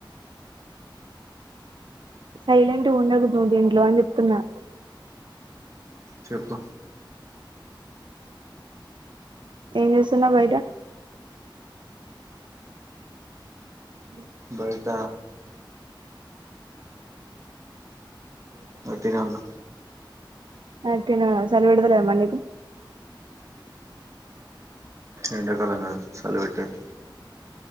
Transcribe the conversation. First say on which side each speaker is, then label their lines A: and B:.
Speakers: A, on the right; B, on the right.
A: సైలెంట్ గ ఉండకు నువ్ దీంట్లో అని చెప్తున్నా
B: చెప్పు
A: ఏం చేస్తున్నావ్ బయట ఉ
B: బయట వట్టినే ఉన్న
A: వట్టిగనే ఉన్నావు చలి పెడతలేదా మరి నీకు
B: ఎండాకాలం కదా చలి పెట్టదు